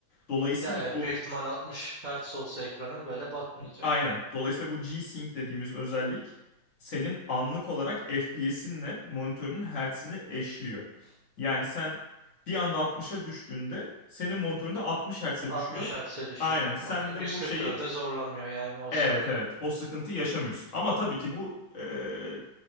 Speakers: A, on the left; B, on the right.
A: Dolayısıyla
B: Ya evet
A: bu
B: büyük ihtimal 60 Hz olsa ekranın böyle batmayacak.
A: aynen. Dolayısıyla bu G-Sync dediğimiz özellik senin anlık olarak FPS'inle monitörünün hertzini eşliyor. Yani sen bir anda 60'a düştüğünde senin monitöründe 60 Hz'e
B: 60
A: düşüyor.
B: Hz'e düşüyor.
A: Aynen. Sen
B: Okey.
A: de
B: 144'e
A: bu şeyi
B: zorlamıyor yani o
A: evet
B: sırada.
A: evet o sıkıntı yaşamıyorsun. Ama tabii ki bu eee,